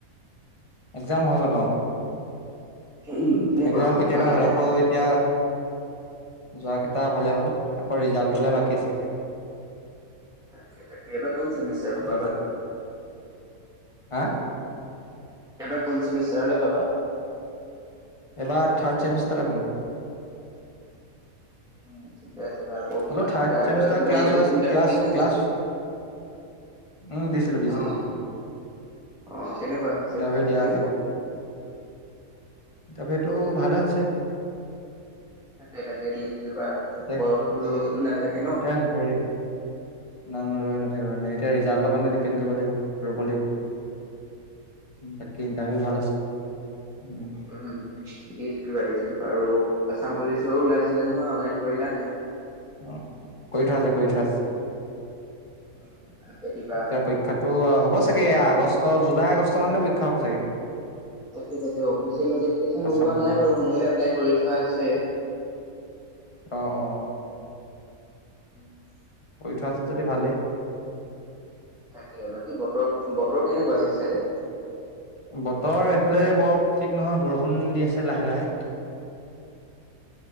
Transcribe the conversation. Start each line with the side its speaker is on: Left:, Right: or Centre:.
Left: এক্সাম হৈ গ'ল অ।
Centre: উম কেনেকুৱা
Left: এক্সাম কেতিয়াবাই
Centre: যোৱা কেইটা
Left: হ'ল আকৌ এতিয়া, যোৱা কেইটা ভালে হ'ল, আকৌ ৰিজাল্টটোলে বাকী আছে এতিয়া।
Centre: তাকে তাকে এইবাৰ কোন চেমিষ্টাৰ
Left: ৰিজাল্ট
Centre: পাবা?
Left: হা?
Centre: এইবাৰ কোন চেমিষ্টাৰলৈ পাবা?
Left: এবাৰ থাৰ্ড চেমিষ্টলে পাম।
Centre: উম ঠিকে আছে ভাল পঢ়িবা
Left: হেল্ল' থাৰ্ড
Centre: তাৰপিছত
Left: ছেমিষ্টাৰ
Centre: কিবা
Left: ক্লাছ
Centre: ইণ্টাৰভিউ
Left: হৈ আছ
Centre: চিন্টাৰভিউ
Left: ক্লাছ
Centre: দিছা নেকি?
Left: ক্লাছ উম দিছিলো দিছিলো।
Centre: অ অ কেনেকুৱা হৈছে
Left: ইণ্টাৰভিউ
Centre: ভাল
Left: দিয়া
Centre: হৈছে
Left: আছে
Centre: নে?
Left: তাপে টো ভালে হৈছে।
Centre: তাকে তাকে দি থাকিবা
Left: এতিয়া
Centre: বয়সতো ৰৈতো নাথাকে ন।
Left: এতিয়া হেৰি, নাই ন ৰৈ নাথাকে ন এতিয়া ৰিজাল্টৰ কাৰণে ডিপেণ্ড কৰিব লাগিব ৰ'ব লাগিব। তাকে ইণ্টাৰভিউ ভাল হৈছে।
Centre: উম দি থাকিবা দি থাকিবা আৰু আছাম পুলিচৰ ওলাইছিলে নহয় অনলাইন কৰিলা নে নাই?
Left: অ কৰি থোৱা আছে কৰি থোৱা আছে।
Centre: <unintelligible>
Left: এতিয়া পৰীক্ষাতো হ'ব চাগে এ আগষ্ট জুলাই, আগষ্ট মানলৈ পৰীক্ষা হ'ব চাগে।
Centre: তাকে তাকে অফিচিয়েল নটিফিকেশচন
Left: আছাম
Centre: ওলোৱা
Left: পুলিচৰ
Centre: নাই বাৰু মই এপ্লাই কৰি থোৱা আছে।
Left: অ অ।
Centre: <inaudible>
Left: কৰি থোৱা আছে যদি ভালেই।
Centre: তাকে বাকী বতৰ বতৰ কেনেকুৱা হেই চাইডে?
Left: বতৰ এইফালে বৰ ঠিক নহয় বৰষুণ দি আছে লাহে লাহে।
Centre: <inaudible>